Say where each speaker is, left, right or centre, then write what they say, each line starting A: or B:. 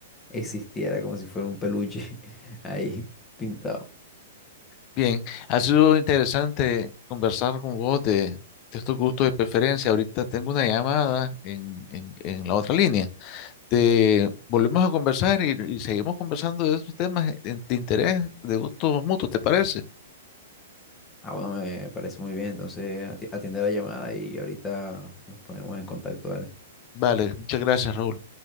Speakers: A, on the left; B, on the left.
A: existiera, como si fuera un peluche <laughs> ahí pintado.
B: Bien, ha sido interesante conversar con vos de, de estos gustos de preferencia. Ahorita tengo una llamada en, en- en la otra línea. Te volvemos a conversar y, y seguimos conversando de estos temas de, de interés, de gustos mutuos, ¿te parece?
A: Ah, bueno, me parece muy bien. Entonces, ati- atiende la llamada y ahorita nos ponemos en contacto, dale.
B: Vale, muchas gracias, Raúl.